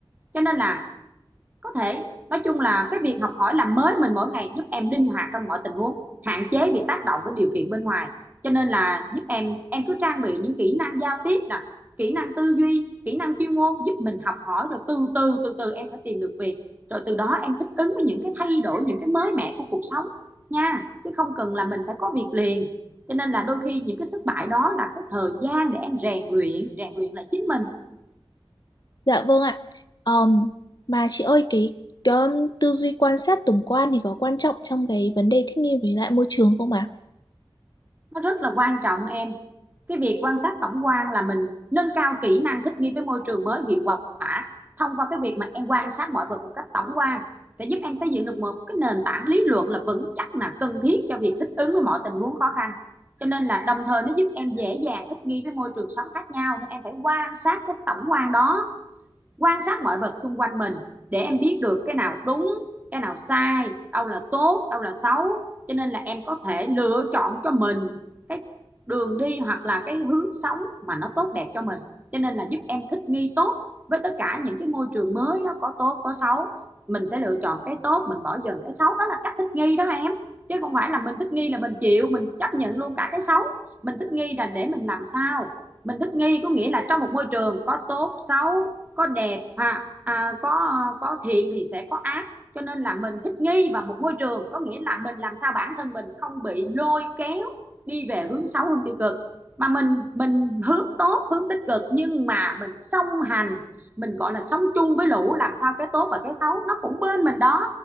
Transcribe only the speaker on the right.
cho nên là có thể nói chung là cái việc học hỏi làm mới mình mỗi ngày giúp em linh hoạt trong mọi tình huống hạn chế bị tác động với điều kiện bên ngoài cho nên là giúp em em cứ trang bị những kỹ năng giao tiếp nè kỹ năng tư duy kỹ năng chuyên môn giúp mình học hỏi rồi từ từ từ từ em sẽ tìm được việc rồi từ đó em thích ứng với những cái thay đổi những cái mới mẻ của cuộc sống nha chứ không cần là mình phải có việc liền cho nên là đôi khi những cái thất bại đó là cái thời gian để em rèn luyện rèn luyện lại chính mình
nó rất là quan trọng em cái việc quan sát tổng quan là mình nâng cao kỹ năng thích nghi với môi trường mới hiệu quả thông qua cái việc mà em quan sát mọi vật một cách tổng quan sẽ giúp em xây dựng được một cái nền tảng lý luận là vững chắc là cần thiết cho việc thích ứng với mọi tình huống khó khăn cho nên là đồng thời nó giúp em dễ dàng thích nghi với môi trường sống khác nhau nên em phải quan sát cái tổng quan đó quan sát mọi vật xung quanh mình để em biết được cái nào đúng cái nào sai đâu là tốt đâu là xấu cho nên là em có thể lựa chọn cho mình cái đường đi hoặc là cái hướng sống mà nó tốt đẹp cho mình cho nên là giúp em thích nghi tốt với tất cả những cái môi trường mới đó có tốt có xấu mình sẽ lựa chọn cái tốt mình bỏ dần cái xấu đó là cách thích nghi đó em chứ không phải là mình thích nghi là mình chịu mình chấp nhận luôn cả cái xấu mình thích nghi là để mình làm sao mình thích nghi có nghĩa là trong một môi trường có tốt xấu có đẹp ha à, có có thiện thì sẽ có ác cho nên là mình thích nghi vào một môi trường có nghĩa là mình làm sao bản thân mình không bị lôi kéo đi về hướng xấu hướng tiêu cực mà mình mình hướng tốt hướng tích cực nhưng mà mình song hành mình gọi là sống chung với lũ làm sao cái tốt và cái xấu nó cũng bên mình đó